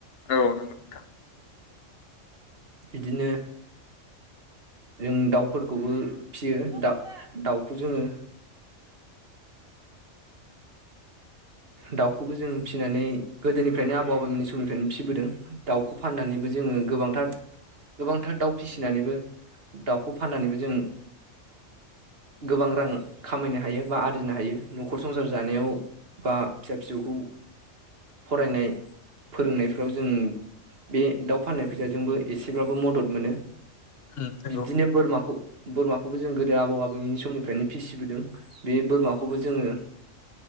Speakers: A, on the left; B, on the right.
A: औ नोंगौ नोंथां।
B: बिदिनो जों दाउफोरखौबो फियो दा दाउखौ जोङो। दाउखौबो जों फिसिनानै गोदोनिफ्रायनो आबौ आबौमोननि समनिफ्रायनो फिसिबोदों दाउखौ फाननानैबो जोङो गोबांथार गोबांथार दाउ फिसिनानैबो दाउखौ फाननानैबो जों गोबां रां खामायनो हायो बा आरजिनो हायो न'खर संसार जानायाव। बा फिसा फिसौखौ फरायनाय फोरोंनायफ्राव जों बे दाउ फाननाय फैसाजोंबो। एसेब्लााबो मदद मोनो
A: उम नंगौ
B: बिब्दिनो बोरमाखौ बोरमाखौबो जों गोदो आबौ आबौमोननि सम समनिफ्रायनो फिसिबोदों बे बोरमाखौबो जोङो।